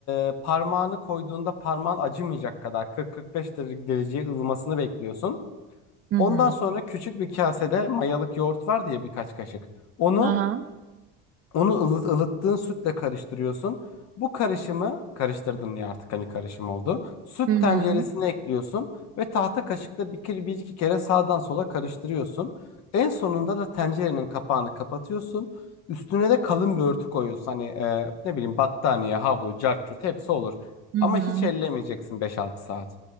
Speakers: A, on the left (about 50°); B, on the right (about 45°).
A: e, parmağını koyduğunda parmağın acımayacak kadar 40-45 dere- derece dereceye ılımasını bekliyorsun.
B: Hı
A: Ondan sonra küçük bir kasede mayalık yoğurt var diye birkaç kaşık. Onu
B: Aha.
A: onu ılıt, ılıttığın sütle karıştırıyorsun. Bu karışımı karıştırdın ya artık hani karışım oldu. Süt
B: Hı hı.
A: tenceresine ekliyorsun ve tahta kaşıkla bir, kere- bir iki kere sağdan sola karıştırıyorsun. En sonunda da tencerenin kapağını kapatıyorsun. Üstüne de kalın bir örtü koyuyorsun. Hani e, ne bileyim battaniye, havlu, cart curt hepsi olur.
B: Hı
A: Ama hiç
B: hı.
A: ellemeyeceksin beş altı saat.